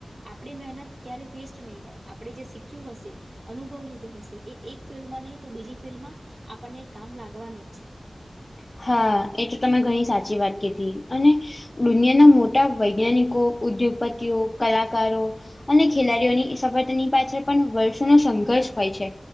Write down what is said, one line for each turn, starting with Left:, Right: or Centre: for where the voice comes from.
Right: આપણી મહેનત ક્યારે વેસ્ટ નહી જાય આપણે જે શીખ્યું હશે અનુભવ લીધો હશે એ એક ફિલ્ડમાં નહીિ તો બીજી ફિલ્ડ માં આપણને કામ લાગવાનું જ છે.
Left: હા એ તો તમે ઘણી સાચી વાત કધી અને દુનિયાના મોટા વૈજ્ઞાનિકો ઉદ્યોગપતિઓ કલાકારો અને ખેલાડીઓની સફળતાની પાછળ પણ વર્ષોનો સંઘર્ષ હોય છે.